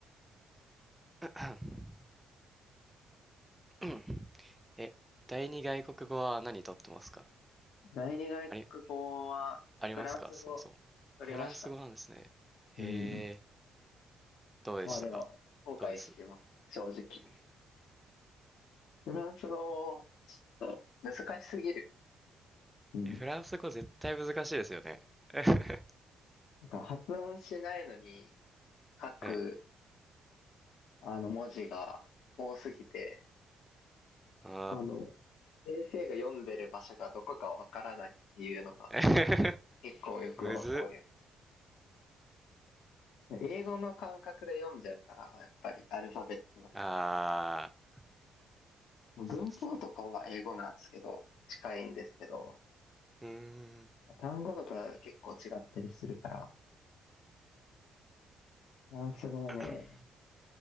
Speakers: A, in the centre; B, on the left.
A: <coughs>。<clears throat> え、第二外国語は何とってますか
B: 第二外国語はフランス語取りました。
A: あり、ありますかそもそも。フランス語なんですね。へえ、
B: うん。
A: どうでしたか
B: まあでも、後悔してます。
A: どうです <laughs>
B: 正直。フランス語、ちょっと難しすぎる。うん。
A: え、フランス語絶対難しいですよね。<laughs>
B: なんか発音しないのに書く、
A: はい。
B: あの、文字が多すぎて、
A: あ
B: あの、先生が読んでる場所がどこかわからないっていうのが
A: ー。<laughs>
B: 結構よく起こるよ。
A: むずっ。
B: 英語の感覚で読んじゃうから、やっぱりアルファベットだと。
A: あー。
B: 文法とかは英語なんですけど、
A: そうっすね。
B: 近いんですけど、
A: うーん。
B: 単語とか結構違ったりするから、フランス語はね、
A: <clears throat>